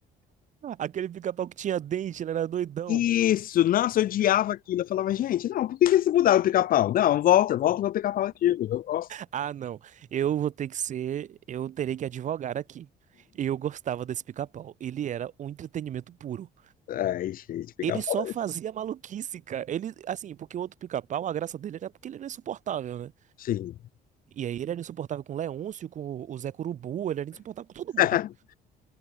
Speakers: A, on the right; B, on the left.
A: <laughs> Aquele pica-pau que tinha dente, ele era doidão.
B: Isso, nossa, eu odiava aquilo. Eu falava, gente, não, por que que eles mudaram o pica-pau? Não, volta, volta o meu pica-pau antigo, eu gosto.
A: Ah, não. Eu vou ter que ser. Eu terei que advogar aqui. Eu gostava desse pica-pau. Ele era um entretenimento puro.
B: Ai, gente, pica-pau.
A: Ele só fazia maluquice, cara. Ele, assim, porque o outro pica-pau, a graça dele era porque ele era insuportável, né?
B: Sim.
A: E aí ele era insuportável com o Leôncio, com o Zé Curubu, ele era insuportável com todo mundo.
B: <laughs>